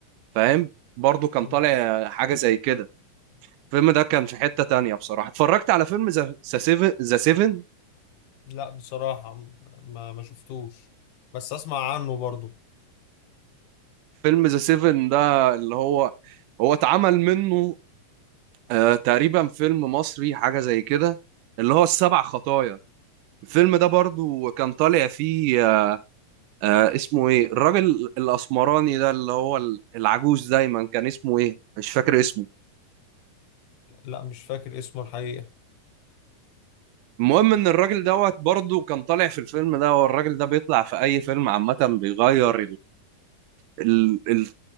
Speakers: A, on the right; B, on the left.
A: فاهم برضو كان
B: مم.
A: طالع حاجه زي كده الفيلم ده كان في حته تانية بصراحه اتفرجت على فيلم ذا سيفن ذا سيفن
B: لا بصراحه ما ما شفتوش بس اسمع عنه برضو
A: فيلم ذا سيفن ده اللي هو هو اتعمل منه آه تقريبا فيلم مصري حاجه زي كده اللي هو السبع خطايا الفيلم ده برضو كان طالع فيه آه آه، اسمه ايه الراجل الاسمراني ده اللي هو ال- العجوز دايما كان اسمه ايه مش فاكر اسمه
B: لا مش فاكر اسمه الحقيقه
A: المهم ان الراجل دوت برضو كان طالع في الفيلم ده والراجل ده بيطلع في اي فيلم عامه بيغير ال- ال-